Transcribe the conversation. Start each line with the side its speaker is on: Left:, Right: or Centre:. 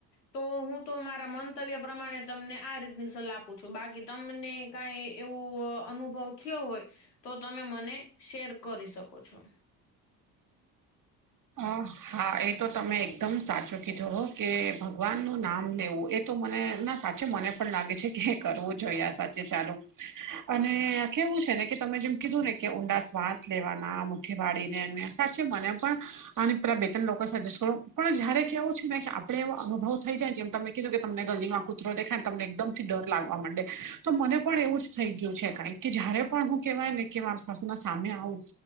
Left: તો હું તો મારા મંતવ્ય પ્રમાણે તમને આ રીતની સલાહ આપું છું બાકી તમને કઈ એવું અનુભવ થયો હોય તો તમે મને શેર કરી શકો છો.
Right: અ હા એ તો તમે એકદમ સાચું કીધું હો કે ભગવાનનું નામ લેવું એ તો મને ના સાચે મને પણ લાગે છે કે કરવું જોઈએ આ સાચે ચાલુ અને કેવું છે ને કે તમે જેમ કીધું ને કે ઊંડા શ્વાસ લેવાના મુઠ્ઠી વાડીને સાચે મને પણ આ પેલા બે ત્રણ લોકો સજેસ્ટ કરો પણ જયારે કેવું છે ને કે આપે એવો અનુભવ થઈ જાય જેમ તમે કીધું કે તમને ગલ્દી માં કુ કુતરો દેખાય તમને એકદમ થી ડર લાગવા માંડે તો મને પણ એવું જ થઈ ગયું છે કક કે જયારે પણ હું કેહેવાય ને કે આસ પાસ ના સામે આવું